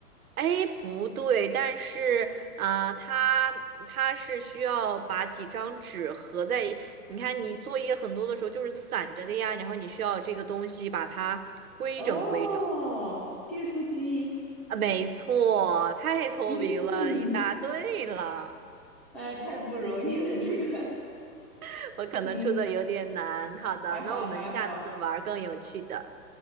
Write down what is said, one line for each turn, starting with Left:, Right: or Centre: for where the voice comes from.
Right: 哎，不对，但是，呃，它它是需要把几张纸合在一你看你作业很多的时候就是散着的呀，然后你需要这个东西把它规整规整。
Centre: 哦，订书机，
Right: 啊，没错，太聪明了，
Centre: 嗯，
Right: 你答对了。
Centre: 呃，太不容易了，这个，
Right: <laughs> 我可能出的有点难，
Centre: 嗯，
Right: 好的，
Centre: 还好还好，
Right: 那我们下次玩儿更有趣的。